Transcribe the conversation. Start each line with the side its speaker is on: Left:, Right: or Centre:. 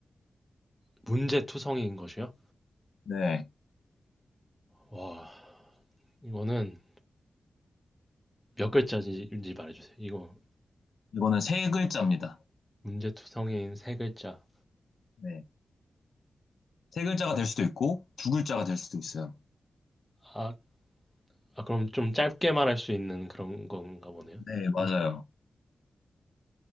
Centre: 문제투성이인 것이요?
Left: 네.
Centre: 와, 이거는 몇 글자인지 말해주세요. 이거
Left: 이거는 세 글자입니다.
Centre: 문제투성이인 세 글자.
Left: 네. 세 글자가 될 수도 있고, 두 글자가 될 수도 있어요.
Centre: 아, 아, 그럼 좀 짧게 말할 수 있는 그런 건가 보네요.
Left: 네, 맞아요.